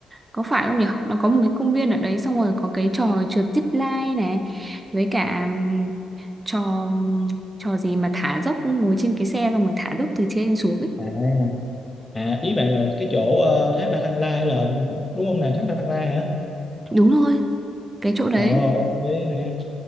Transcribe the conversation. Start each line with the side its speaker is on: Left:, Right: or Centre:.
Right: có phải không nhỉ? Nó có một cái công viên ở đấy xong rồi có cái trò trượt zip line này với cả ừm, trò ừm, trò gì mà thả dốc ngồi trên cái xe xong rồi thả dốc từ trên xuống ấy.
Left: à À, ý bạn là cái chỗ ờ, thác Đa Tăng La hay là đúng không nè thác Đa Tăng La hả?
Right: Đúng rồi, cái chỗ đấy,
Left: Ờ ok nè.